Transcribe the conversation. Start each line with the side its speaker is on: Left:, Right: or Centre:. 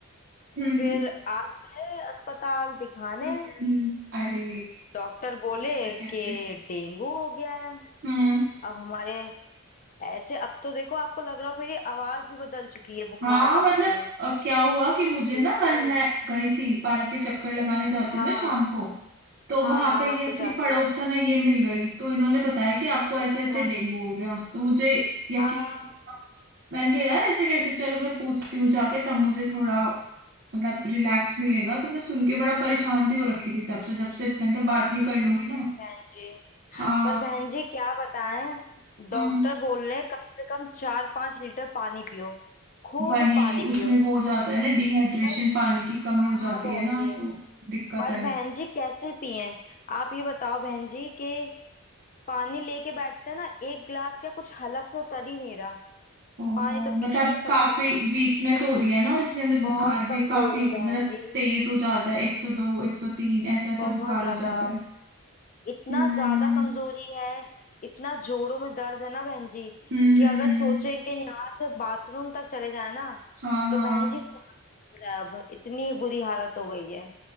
Right: हम्म
Left: फिर आज गए अस्पताल दिखाने
Right: हम्म, हम्म, अरे
Left: डॉक्टर बोले
Right: ऐसा कैसे
Left: कि डेंगू हो गया है
Right: हम्म
Left: अब हमारे ऐसे अब तो देखो आपको लग रहा हो मेरी आवाज भी बदल चुकी है बुखार
Right: हाँ
Left: आके
Right: मतलब अ, क्या हुआ कि मुझे
Left: बिल्कुल
Right: ना कल मैं गई थी पार्क के चक्कर लगाने जाती
Left: हाँ
Right: हूँ ना शाम को तो
Left: हाँ
Right: वहां
Left: हाँ
Right: पे ये
Left: आप
Right: अपनी
Left: तो जाती
Right: पड़ोसन
Left: है
Right: है ये मिल गई तो इन्होंने बताया कि आपको ऐसे
Left: अच्छा
Right: ऐसे डेंगू हो गया तो मुझे यकीन
Left: हाँ
Right: मैंने कहा यार ऐसे कैसे चलो मैं पूछती हूँ जाके तब मुझे थोड़ा मतलब रिलैक्स मिलेगा तो मैं सुन के बड़ा परेशान सी हो रखी थी तब से जब से मैंने कहा बात नहीं कर
Left: ये
Right: लूंगी
Left: तो
Right: ना
Left: है बहन जी
Right: हाँ
Left: पर बहन जी क्या बताएं डॉक्टर
Right: हम्म
Left: बोल रहे हैं कम से कम चार पांच लीटर पानी पियो खूब
Right: वही
Left: पानी
Right: उसमें
Left: पियो
Right: वो हो जाता है ना डिहाइड्रेशन
Left: पर
Right: पानी की कमी
Left: हाँ
Right: हो जाती
Left: बहन
Right: है ना
Left: जी
Right: तो दिक्कत
Left: पर
Right: है
Left: बहन जी कैसे पिएं आप ये बताओ बहन जी कि पानी लेके बैठते हैं ना एक गिलास का कुछ हलक से उतर ही नहीं रहा
Right: ओहो
Left: पानी तो
Right: मतलब
Left: पी ही नहीं सकते
Right: काफी
Left: हैं
Right: वीकनेस हो रही है ना और इसके अंदर बुखार
Left: बहुत कमजोरी
Right: भी काफी मतलब
Left: बहन जी
Right: तेज हो जाता है एक सौ दो एक सौ तीन ऐसा ऐसा
Left: बहुत
Right: बुखार
Left: ज्यादा
Right: हो जाता है
Left: इतना
Right: हम्म
Left: ज्यादा कमजोरी है इतना जोड़ों में दर्द है ना बहन जी
Right: हम्म
Left: कि
Right: हम्म
Left: अगर
Right: हम्म,
Left: सोचें कि यहाँ से बाथरूम तक चले जाए ना
Right: हाँ हाँ
Left: तो बहन जी सांस लग रहा है अब इतनी बुरी हालत हो गई है